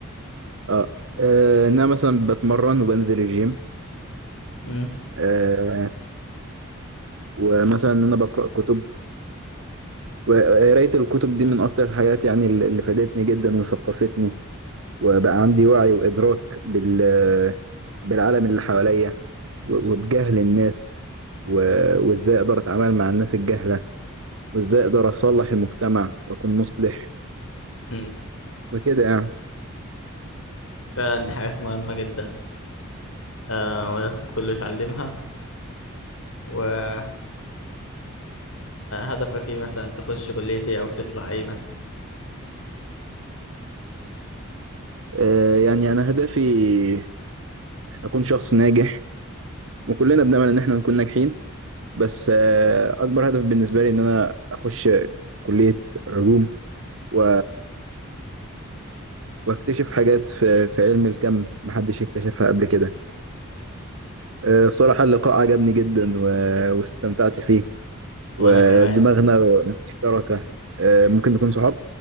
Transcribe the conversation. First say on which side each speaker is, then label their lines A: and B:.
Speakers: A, on the right; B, on the left.
A: آه آه، إن أنا مثلا بتمرن وبنزل الجيم
B: امم
A: آه ومثلا إن أنا بقرأ كتب وقراية الكتب دي من أكتر الحاجات يعني اللي اللي فادتني جدا وثقفتني وبقى عندي وعي وإدراك بال بالعالم اللي حواليا و- وبجهل الناس و- وإزاي أقدر أتعامل مع الناس الجهلة وإزاي أقدر أصلح المجتمع وأكون مصلح
B: امم
A: وكده يعني
B: فعلا دي حاجات مهمة جدا آه ولازم كله يتعلمها وانت هدفك ايه مثلا تخش كلية ايه او تطلع ايه مثلا
A: آه يعني أنا هدفي أكون شخص ناجح وكلنا بنأمل إن إحنا نكون ناجحين بس آه، أكبر هدف بالنسبة لي إن أنا أخش كلية علوم و... واكتشف حاجات في... في علم الكم محدش اكتشفها قبل كده آه، الصراحة اللقاء عجبني جدا و... واستمتعت فيه
B: وانا
A: ودماغنا
B: كمان
A: مشتركة آه، ممكن نكون صحاب